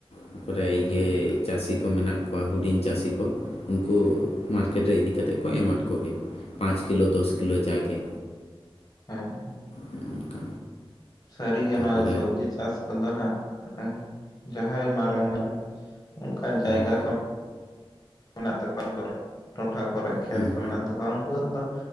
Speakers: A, on the left; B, on the left.
A: ᱛᱟᱯᱚᱨᱮ ᱤᱭᱟᱹ
B: ᱦᱮᱸ
A: ᱪᱟᱥᱤ ᱠᱚ ᱢᱮᱱᱟᱜ ᱠᱚᱼᱼ ᱠᱚᱣᱟ ᱦᱩᱰᱤᱧ ᱪᱟᱥᱤ ᱠᱚ ᱩᱱᱠᱩ ᱢᱟᱨᱠᱮᱴ ᱨᱮ ᱤᱫᱤ ᱠᱟᱛᱮᱜ ᱠᱚ ᱮᱢᱟᱫ ᱠᱚᱜᱮ᱾ ᱯᱟᱸᱪ ᱠᱤᱞᱳ ᱫᱚᱥ ᱠᱤᱞᱳ ᱡᱟᱜᱮ᱾
B: ᱦᱮᱸ ᱦᱮᱸᱜ᱾
A: ᱦᱩᱸ ᱚᱱᱠᱟ᱾
B: ᱥᱟᱹᱨᱤ ᱜᱮ
A: ᱛᱟᱨᱯᱚᱨᱮ
B: ᱱᱚᱣᱟ ᱥᱚᱵᱽᱡᱤ ᱪᱟᱥ ᱠᱚᱫᱚ ᱱᱟᱦᱟᱸᱜ ᱟᱸ ᱡᱟᱦᱟᱸᱭ ᱢᱟᱨᱟᱝ ᱢᱟᱨᱟᱝᱼᱼ ᱚᱝᱠᱟ ᱡᱟᱭᱜᱟ
A: ᱦᱮᱸ
B: ᱠᱚᱼᱼ ᱢᱮᱱᱟᱜ ᱛᱟᱠᱚᱣᱟ <inaudible> ᱩᱱ ᱠᱚᱨᱮ ᱴᱚᱴᱷᱟ ᱠᱚᱨᱮ ᱠᱷᱮᱛ
A: ᱦᱮᱸ
B: ᱠᱚ ᱢᱮᱱᱟᱜ ᱛᱟᱠᱚᱣᱟ ᱩᱱᱠᱩᱣᱟᱜ ᱫᱚ